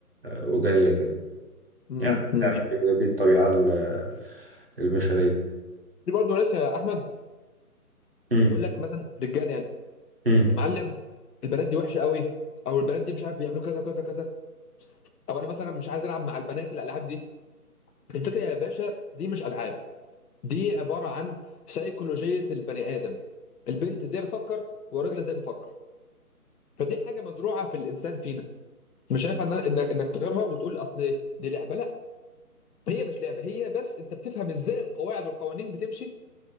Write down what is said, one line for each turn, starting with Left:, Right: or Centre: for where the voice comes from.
Right: وجاية كده
Left: امم
Right: يعني تعمل كده، دي الطبيعة ال- البشرية
Left: في برضه ناس يا احمد
Right: مم.
Left: تقول لك مثلا رجاله يعني
Right: مم.
Left: يا معلم البنات دي وحشه قوي او البنات دي مش عارف بيعملوا كذا وكذا وكذا او انا مثلا مش عايز العب مع البنات الالعاب دي الفكره يا باشا دي مش العاب دي عباره عن سيكولوجيه البني ادم البنت ازاي بتفكر والراجل ازاي بيفكر فدي حاجه مزروعه في الانسان فينا مش هينفع إن- إن- انك تغيرها وتقول اصل دي لعبه لا هي مش لعبه هي بس انت بتفهم ازاي القواعد والقوانين بتمشي